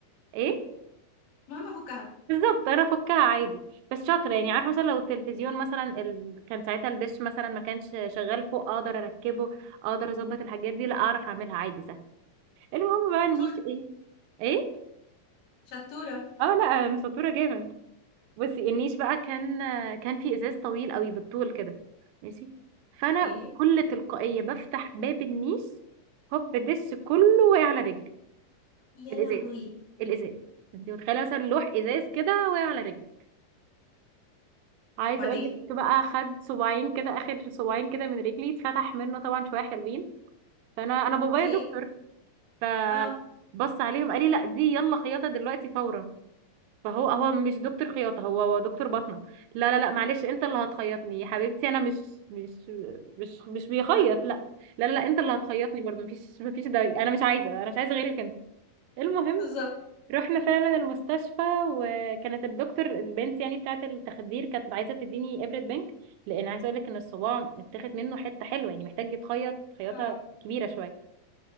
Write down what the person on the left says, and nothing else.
المهم افكها
شطوره
شطوره
ايه
يا
لهوي
طب وبعدين
اوكي
اه آه،
بالظبط
اه